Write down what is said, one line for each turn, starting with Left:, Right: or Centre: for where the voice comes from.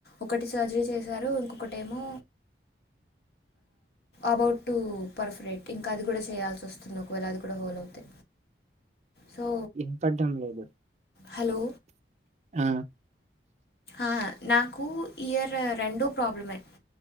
Left: ఒకటి సర్జరీ చేశారు ఇంకొకటేమో అబౌట్ టు పర్ఫెక్ట్ ఇంకా అది కూడా చేయాల్సి వస్తుంది ఒకవేళ అది కూడా హోల్ అవుతే సో
Right: ఇంపడ్డం లేదు
Left: హలో
Right: ఆ
Left: ఆ నాకు ఇయర్ రెండో ప్రాబ్లమే